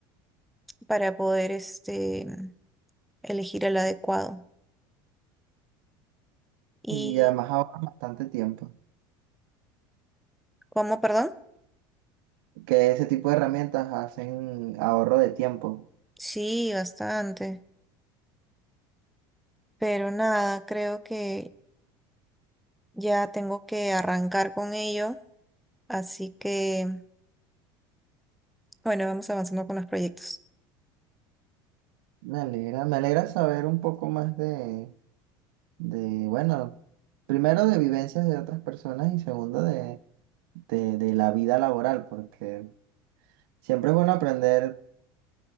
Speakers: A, in the centre; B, on the right.
A: Para poder este, elegir el adecuado. ¿Y
B: Y además ahorras bastante tiempo.
A: cómo, perdón?
B: Que ese tipo de herramientas hacen ahorro de tiempo.
A: Sí, bastante. Pero nada, creo que ya tengo que arrancar con ello, así que bueno, vamos avanzando con los proyectos.
B: Me alegra, me alegra saber un poco más de, de, bueno, primero de vivencias de otras personas y segundo de, de, de la vida laboral, porque siempre es bueno aprender